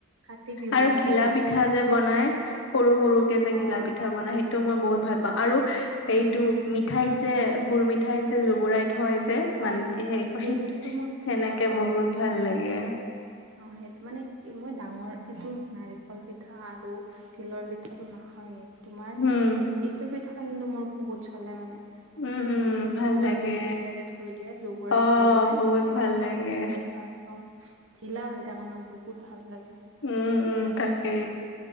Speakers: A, on the right; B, on the left.
A: কাতি বিহুত
B: আৰু
A: এটা
B: ঘিলা পিঠা যে বনাই সৰু সৰুকে যে
A: অ
B: ঘিলা পিঠা
A: অ
B: বনাই টো মই বহুত ভাল পাওঁ আৰু এইটো মিঠাইত যে গুৰ মিঠাইত যে জুবুৰাই থয় যে।
A: অ
B: মানতি
A: সেইটো
B: হেৰি
A: সেইটোতো
B: হেৰিত সেনেকে
A: মোৰ প্ৰিয় হয়
B: বহুত ভাল লাগে।
A: অ সেইটো মানে মই ডাঙৰ এইটো নাৰিকল পিঠা আৰু তিলৰ পিঠাটো নাখাওঁয়েই তোমাৰ
B: উম
A: এইটো পিঠা কিন্তু মোৰ বহুত চলে মানে
B: উম
A: ইয়ে
B: উম ভাল
A: গুৰত
B: লাগে
A: দি কিনে যে থৈ দিয়ে জুবুৰাই
B: অ
A: থয় যে
B: বহুত
A: সেইটো
B: ভাল লাগে
A: মই বিৰাট ভাল পাওঁ। ঢিলা হৈ থাকে ন বহুত ভাল লাগে।
B: উম উম
A: মানে
B: তাকে